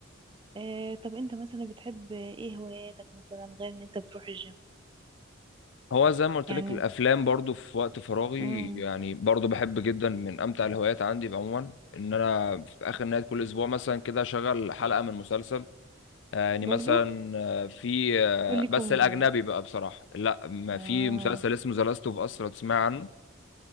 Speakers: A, on the right (about 25°); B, on the left (about 60°).
A: آه طب انت مثلا بتحب ايه هواياتك مثلا غير ان انت بتروح الجيم
B: هو زي ما قلت
A: يعني
B: لك الافلام برضو في وقت فراغي
A: امم
B: يعني برضو بحب جدا من امتع الهوايات عندي عموما ان انا في اخر نهايه كل اسبوع مثلا كده اشغل حلقه من مسلسل آه، يعني
A: برضو
B: مثلا آه، في آه،
A: قولي كوميدي
B: بس الاجنبي
A: بقى
B: بقى بصراحه لا ما
A: اه
B: في مسلسل اسمه ذا لاست اوف اس لو تسمع عنه